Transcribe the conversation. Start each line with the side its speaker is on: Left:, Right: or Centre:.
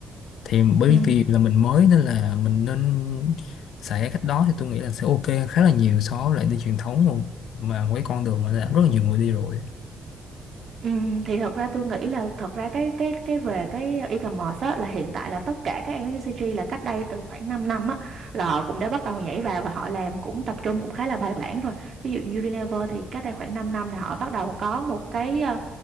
Left: thì bởi
Right: Ừ.
Left: vì là mình mới nên là mình nên xài cái cách đó thì tôi nghĩ là sẽ ok khá là nhiều so với lại đi truyền thống mà mà một cái con đường mà đã rất là nhiều người đi rồi
Right: Ừm, thì thật ra tôi nghĩ là thật ra cái cái cái về cái e-commerce á, là hiện tại là tất cả các FMCG là cách đây từ khoảng 5 năm á là họ cũng đã bắt đầu nhảy vào và họ làm cũng tập trung cũng khá là bài bản rồi. Ví dụ như Unilever thì cách đây khoảng 5 năm là họ bắt đầu có một cái ờ,